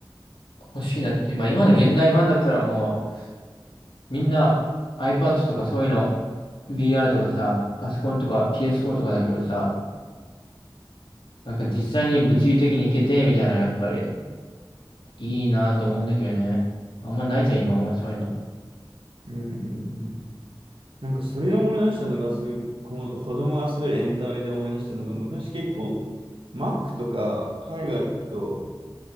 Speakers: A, on the left; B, on the right.
A: 欲しいなっていう、まあ、今の現代版だったらもう、みんな iPad とかそういうの、VR とかさ、パソコンとか PS4 とかだけどさ、なんか実際に物理的に行けて、みたいな、やっぱり、いいなと思うんだけどね。あんまないじゃん、今は、そういうの。
B: うんうんうん。なんか、それで思い出したのが、そういう子子供が遊べるエンタメで思い出したのが、昔結構、マックとか海外行くと、